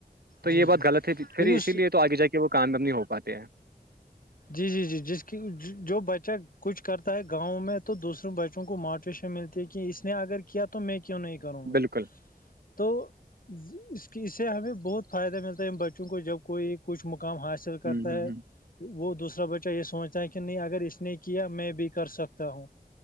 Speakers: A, on the right (about 75°); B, on the left (about 60°).
A: تو
B: جی
A: یہ
B: جی
A: بات غلط ہے پھر
B: لیکن اس
A: اسی لیے تو آگے جا کے وہ کامیاب نہیں ہو پاتے ہیں
B: جی جی جی جس کی جو بچہ کچھ کرتا ہے گاؤں میں تو دوسروں بچوں کو موٹیویشن مل کہ اس نے اگر کیا تو میں کیوں نہیں کروں گا
A: بالکل
B: تو اس کی اس سے ہمیں بہت فائدہ ملتا ہے ان بچوں کو جب کوئی کچھ مقام حاصل حاصل کرتا
A: ہاں
B: ہے وہ دوسرا بچہ یہ سوچتا ہے کہ نہیں اگر اس نے کیا میں بھی کر سکتا ہوں